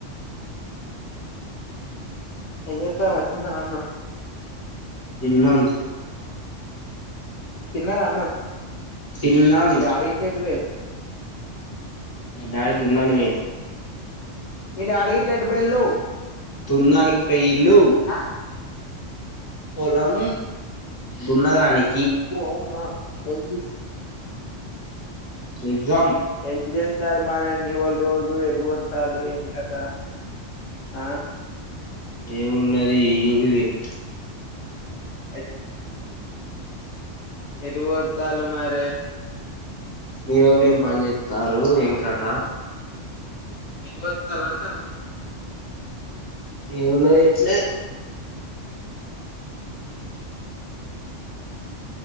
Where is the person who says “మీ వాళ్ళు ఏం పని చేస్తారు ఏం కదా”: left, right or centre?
Left